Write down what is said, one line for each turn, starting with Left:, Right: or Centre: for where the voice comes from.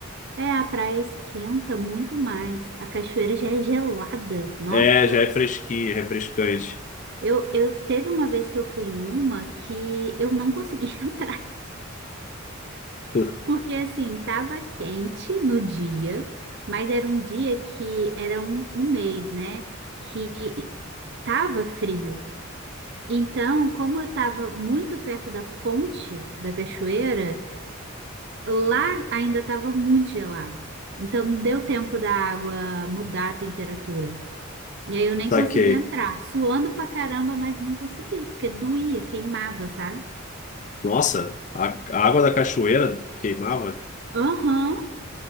Right: É, a praia esquenta muito mais. A cachoeira já é gelada. Nossa,
Left: É, já é fresquinho, refrescante.
Right: eu, eu teve uma vez que eu fui em uma que eu não consegui <laughs> entrar,
Left: <laughs>
Right: porque assim, tava quente no dia, mas era um dia que era um, um mês, né? Que tava frio. Então, como eu tava muito perto da fonte da cachoeira, lá ainda tava muito gelado. Então, não deu tempo da água mudar a temperatura. E aí eu nem
Left: Saquei.
Right: consegui entrar, suando pra caramba, mas não consegui, porque doía, queimava, sabe?
Left: Nossa, a, a água da cachoeira queimava.
Right: Aham,